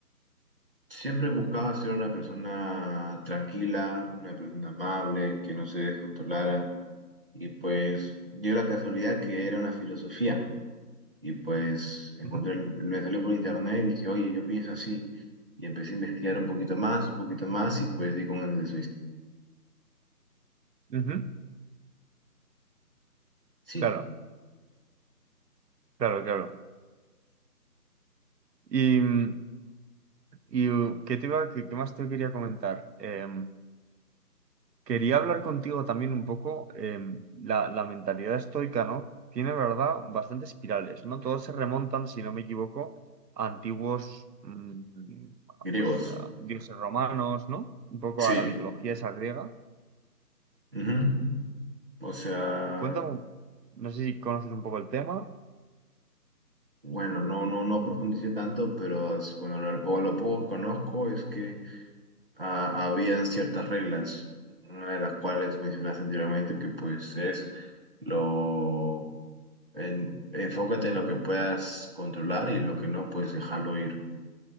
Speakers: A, on the right; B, on the right.
A: siempre buscaba ser una persona tranquila, una persona amable, que no se descontrolara. Y pues dio la casualidad que era una filosofía. Y pues encontré,
B: Ujú,
A: me salió por internet y dije, oye, yo pienso así. Y empecé a investigar un poquito más, un poquito más, y pues di con el de
B: ujú.
A: Sí,
B: Claro, claro, claro. ¿Y, mm, y uh, qué te iba, qué, qué más te quería comentar? Em, Quería hablar contigo también un poco, em, la, la mentalidad estoica, ¿no? Tiene, ¿verdad?, bastantes espirales, ¿no? Todos se remontan, si no me equivoco, a antiguos, mm,
A: griegos.
B: pues, a dioses romanos, ¿no? Un poco
A: Sí.
B: a la mitología esa griega.
A: ujú. O sea,
B: Cuéntame, un- no sé si conoces un poco el tema.
A: bueno, no, no, no profundicé tanto, pero es- bueno, lo poco, lo poco que conozco es que ah, habían ciertas reglas, una de las cuales mencionaste anteriormente, que pues es lo en- enfócate en lo que puedas controlar y lo que no, pues dejarlo ir.